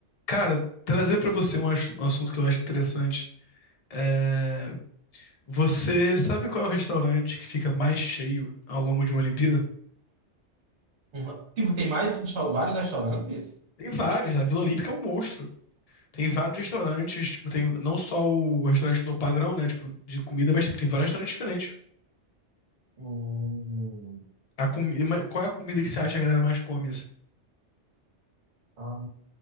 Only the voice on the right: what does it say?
Uhum. Tipo, tem mais restau- vários restaurantes?
Hum.
Ah,